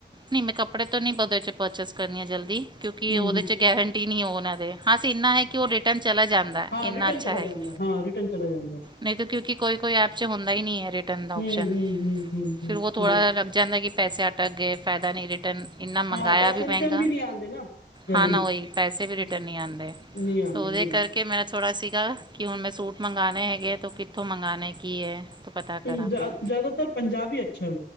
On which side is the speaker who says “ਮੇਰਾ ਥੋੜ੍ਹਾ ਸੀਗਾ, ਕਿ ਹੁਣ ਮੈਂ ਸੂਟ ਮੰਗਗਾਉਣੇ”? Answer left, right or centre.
Right